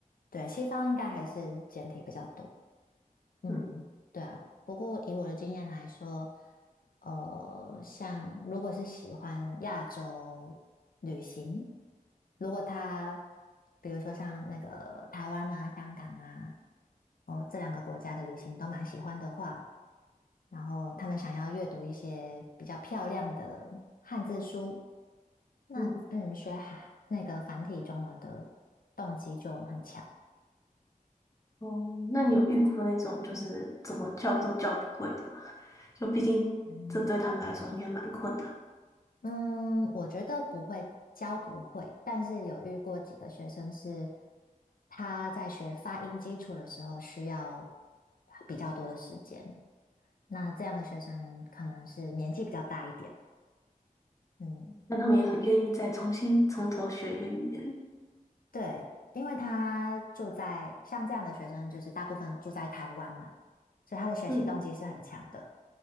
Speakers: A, on the left; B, on the left.
A: 对，西方应该还是简体比较多，嗯，
B: 嗯。
A: 对啊。不过以我的经验来说，呃，像如果是喜欢亚洲旅行，如果他比如说像那个台湾啊、香港啊，哦这两个国家的旅行都蛮喜欢的话，然后他们想要阅读一些比较漂亮的汉字书，那嗯，
B: 嗯，
A: 学哈那个繁体中文的动机就很强。
B: 哦，那你有遇过那种就是怎么叫都叫不会的吗？
A: y e
B: 就毕竟这对他们来说应该蛮困难，
A: 嗯。嗯，我觉得不会，教不会，但是有遇过几个学生是他在学发音基础的时候需要比较多的时间，那这样的学生可能是年纪比较大一点，嗯。
B: 但他们也很愿意再重新从头学一个语言。
A: 对，因为他住在像这样的学生，就是大部分住在台湾嘛，所以他的学习动机是很强的。
B: 嗯